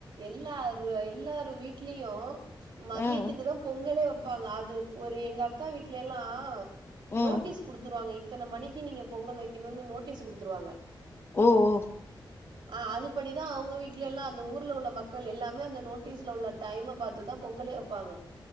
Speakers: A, on the right (about 85°); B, on the left (about 30°).
A: எல்லாரு ல்லாரு வீட்லியு மதியத்துக்கு
B: ம்
A: தா பொங்கலோ ப்பாங்க அது ஒரு எங்க அக்கா வீட்ல எல்லா
B: ம்.
A: நோட்டீஸ் குடுத்துருவாங்க இ த்தன மணிக்கி நீங்க பொங்கல் வெக்கிணுன்னு நோட்டீஸ் குடுத்துருவாங்க
B: ஓ ஓ
A: ஆ அது படிதா அவுங்க வீட்ல எல்லா அந்த ஊருல உள்ள மக்கள் எல்லாமே அந்த நோட்டீஸ்ல உள்ள டைம பாத்துதா பொங்கலே வப்பாங்க